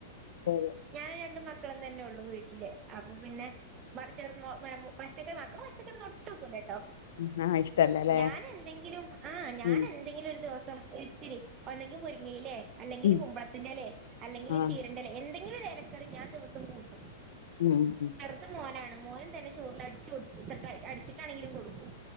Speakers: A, on the left; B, on the right.
A: അതെ
B: ഞാൻ രണ്ട മക്ക മക്കളം തന്നെ ഉള്ളു വീട്ടില് അപ്പൊ പിന്നെ <unintelligible> പച്ചക്കറി മാത്ര പച്ചക്കറി നൊട്ടുംക്കൂല കേട്ടോ
A: അതെ ആഹ് ഇഷ്ടല്ലല്ലേ
B: ഞൻ എന്തെങ്കിലും ആ ഞാന
A: ഉം
B: എന്തെങ്കിലും ഒരു ദിവസം ഇത്തിരി ഒന്നെങ്കിൽ മുരിങ്ങയിലേ അല്ലെങ്കിൽ
A: ഉം
B: കുമ്പളത്തിന്റെലേ അല്ലെങ്കിൽ
A: ആഹ്
B: ചീരറേ എന്ത എ രക്കറി ഞാൻ ദിവസം കൂട്ടും
A: ഉം ഉം ഉം
B: ചെറുത മോനാണ് മോനും തന്നെ ചോറിൽ അടിച്ചു അടിച്ചിട്ടാണെങ്കിലും കൊടുക്കും